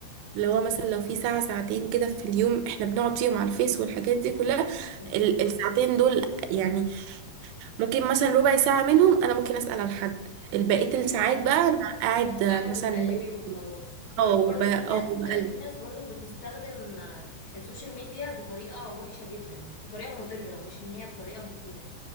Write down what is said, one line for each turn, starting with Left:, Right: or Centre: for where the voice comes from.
Right: اللي هو مثلا لو في ساعة ساعتين كده في اليوم احنا بنقعد فيهم على الفيس والحاجات دي كلها
Left: مم.
Right: ال- الساعتين دول يعني ممكن مثلا ربع ساعة منهم انا ممكن اسأل على حد البقية الساعات
Left: ايوه
Right: بقى انا قاعد
Left: قاعده
Right: مثلا
Left: بتقلبي وخلاص
Right: اه
Left: برضو
Right: ب- اه
Left: في ناس
Right: بقلب
Left: في ناس برضو بتستخدم آه، السوشيال ميديا بطريقه وحشه جدا بطريقه مضره مش ان هي بطريقه مفيده